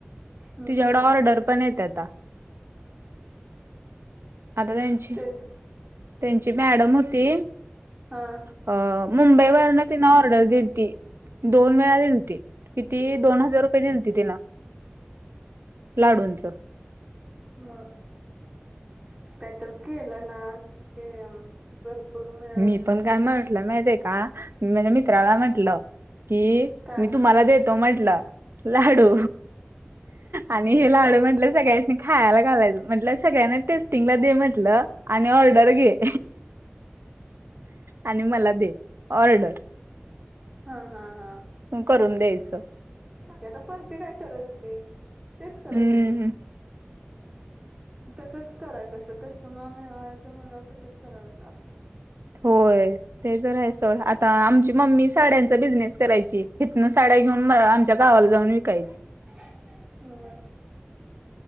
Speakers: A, on the right (about 20°); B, on the right (about 70°).
A: हम्म
B: तिच्याकडं
A: हम्म
B: ऑर्डर पण येत्याता. आता त्यांची....
A: तेच
B: त्यांची मॅडम होती..
A: हा
B: अ.... मुंबईवरन तिनं ऑर्डर दिलती. दोन वेळा दिलती. किती दोन हजार रुपये दिलती. तिन. लाडूंचं....
A: म... असं काय तर केल ना... कि.... भरपूर मिळ.....
B: मी पण काय म्हटलं माहिती हे का...? मी माझ्या मित्राला म्हंटल. की..
A: काय
B: मी तुम्हाला देतो म्हटलं.. लाडू... आणि हे लाडू म्हटलं सगळ्यासनी.. खायला घालायचं म्हटल. सगळ्यांना टेस्टिंगला दे म्हटलं आणि ऑर्डर घे. आणि मला दे. ऑर्डर.
A: हा... हा.. हा.
B: करून द्यायचं...
A: आता परती काय करत हो ती.. तेच करत
B: हम्म.
A: होती.
B: <unintelligible>
A: तसंच करायच असत कस्टमर मिळवायचं म्हणल्यावर तसंच करायच लागतं.
B: होय..... ते तर हायंच सोड आता आमची मम्मी साड्यांचा बिझनेस करायची इथनं साड्या घेऊन आ... त्या गावाला जाऊन विकायची
A: ह